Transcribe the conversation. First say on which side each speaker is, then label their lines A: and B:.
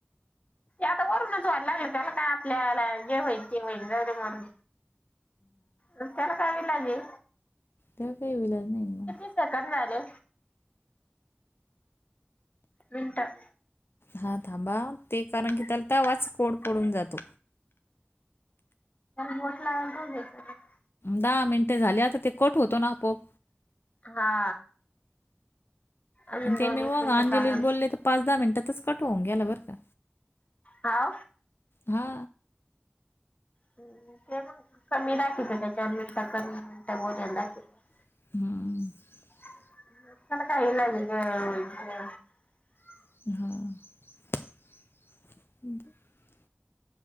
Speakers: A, on the left (about 35°); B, on the left (about 65°).
A: आता वरूनच व्हायला लागलं त्याला का आपल्याला जे व्हाल ते होऊ दे. जाऊदे मरून. मग त्याला काय लाजे
B: तेव्हा काही विेलाज नाही मग.
A: सेकंद झाले मिनट.
B: हा थांबा ते कारण की त्याला तेवाच कोड पडून जातो.
A: गटला त देई शकत..
B: दहा मिनटे झाली आता ते कट होतो ना आपोआप.
A: हा. अजून
B: आणि ते
A: दोन
B: मी
A: एक
B: मग
A: मिनिटं
B: अंजली
A: चालल
B: बोलले तर पाच दहा मिनिटातच कट होन गेला बरं का.
A: हा.
B: हा.
A: हम् ते कमी दाखवले त्या चार मिनिट कमी मिनिटं बोलायला दाखवते.
B: <inaudible>
A: <inaudible>
B: <inaudible> <inaudible>